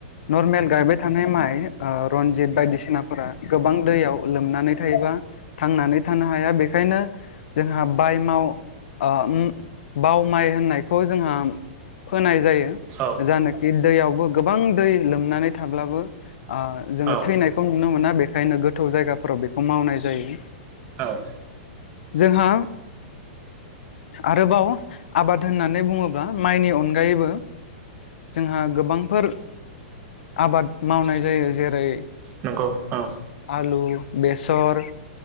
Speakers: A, on the left; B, on the right.
A: नर्मेल गायबाय थानाय माइ रनजित बायदिसिना फोरा गोबां दैयाव लोमनानै थायोबा थांनानै थानो हाया बेखायनो जोंहा बायमाव ओ बाव माइ होननायखौ जोंहा फोनाय जायो।
B: औ
A: जानाखि दैयावबो गोबां दै लोमनानै थाब्लाबो जोङो
B: औ
A: थैनायखौ नुनो मोना बेखायनो गोथौ जायगाफोराव बेखौ मावनाय जायो
B: औ
A: जोंहा आरोबाव आबाद होननानै बुङोब्ला माइनि अनगायैबो जोंहा गोबांफोर आबाद मावनाय जायो जेरै
B: नंगौ औ
A: आलु बेसर